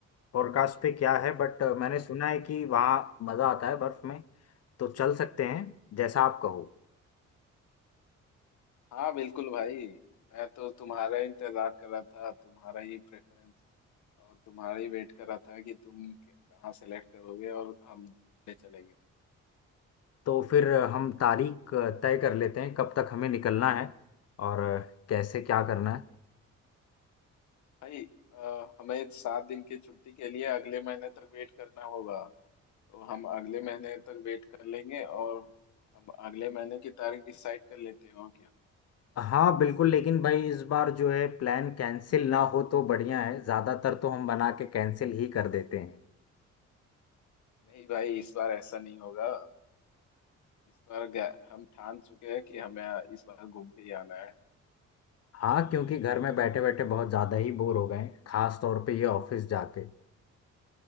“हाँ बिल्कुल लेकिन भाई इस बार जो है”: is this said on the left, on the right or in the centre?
Left